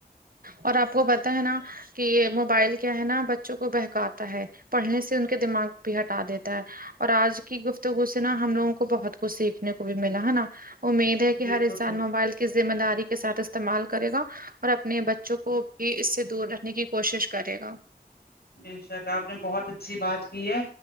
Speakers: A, on the right; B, on the left.
A: اور آپ کو پتا ہے نا کہ یہ موبائل کیا ہے نا بچوں کو بہکاتا ہے پڑھنے سے ان کے دماغ بھی ہٹا دیتا ہے اور آج کی گفتگو سے نا ہم لگوں کو بہت کچھ سیکھنے کو بھی ملا ہے نا امید ہے کہ
B: بالکل
A: ہر انسان موبائل کی ذمہ داری کے ساتھ استعمال کرے گا اور اپنے بچوں کو بھی اس سے دور رکھنے کی کوشش کرے گا
B: ا شا تو آپ نے بہت اچھی بات کی ہے